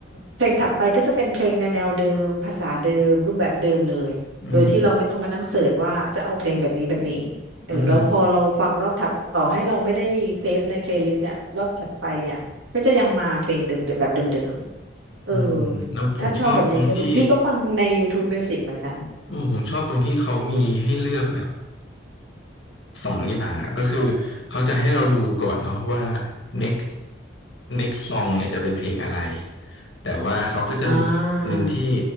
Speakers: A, on the right (about 85°); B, on the left (about 70°).
A: เพลงถัดไปก็จะเป็นเพลงแนวแนวเดิมภาษาเดิมรูปแบบเดิมเลยโดยที่เราไม่ต้องมานั่งเสิร์ชว่าจะเอาเพลงแบบนี้แบบนี้
B: อืม
A: เออแล้วพอเราฟังรอบถัดต่อให้เราไม่ได้เซฟในเพลย์ลิสต์เนี่ยรอบถัดไปเนี่ย
B: อืม
A: ก็จะยังมาเพลงเดิมๆแบบเดิมๆเออ
B: อืมแล้วผมชอบตรงที่
A: ถ้าชอบแบบนี้ก็พี่ก็ฟังใน YouTube Music เหมือนกัน
B: อืมผมชอบตรงที่เขามีให้เลือกแบบ สองอย่างอ่ะก็คือเขาจะให้เราดูก่อนเนาะว่า next next song เนี่ยจะเป็นเพลงอะไรแต่ว่าเขาก็จะมีหนึ่งที่
A: อ่า